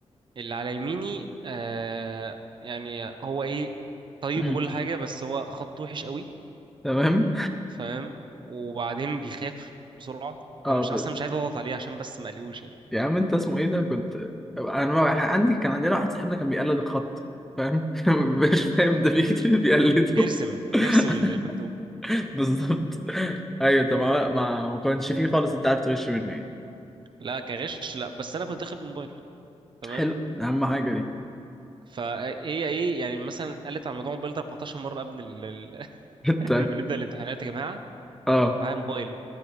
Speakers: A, on the right; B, in the centre.
A: اللي على يميني آه يعني هو ايه طيب
B: امم
A: وكل حاجه بس هو خط وحش قوي
B: تمام
A: تمام وبعدين بيخاف بسرعه فمش
B: اه ب...
A: اصلا مش عايز اضغط عليه عشان بس ما اقلقوش يعني
B: يا عم انت اسمه ايه ده كنت انا ما- عندي كان عندنا واحد صاحبنا كان بيقلد الخط فاهم <laughs> ما بيبقاش فاهم ده بيكتب بيقلده
A: بيرسم
B: <laughs>
A: بيرسم المكتوب
B: بالظبط <laughs> ايوه طب ما ما ما كانش فيه خالص انت عارف تغش منه يعني
A: لا كغش لا بس انا كنت اخد موبايل تمام
B: حلو اهم حاجه دي
A: فهي ايه يعني مثلا قالت على موضوع الموبايل ده 14 مره قبل ال... ال-
B: <laughs> انت
A: <laughs> قبل ما نبدا الامتحانات يا جماعه
B: اه
A: اللي معاه موبايل